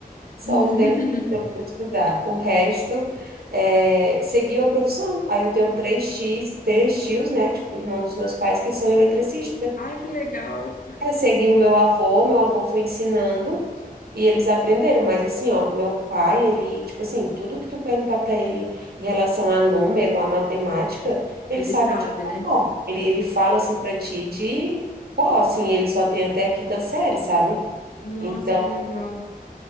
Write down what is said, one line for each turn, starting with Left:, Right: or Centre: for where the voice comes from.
Right: Só
Left: <laughs>
Right: um deles resolveu estudar. O resto é, seguiu a profissão. Aí eu tenho três tios, três tios, né? Tipo, o irmão dos meus pais que são eletricistas.
Left: Ai, que legal!
Right: É, segui o meu avô, meu avô foi ensinando e eles aprenderam. Mas assim, ó, o meu pai, ele, tipo assim, tudo que tu perguntar para ele em relação a número, a matemática, ele
Left: Ele
Right: sabe
Left: sabe,
Right: de cor.
Left: né?
Right: Ele, ele fala assim para ti de cor, assim, ele só tem até a quinta série, sabe?
Left: Nossa,
Right: Então
Left: que legal.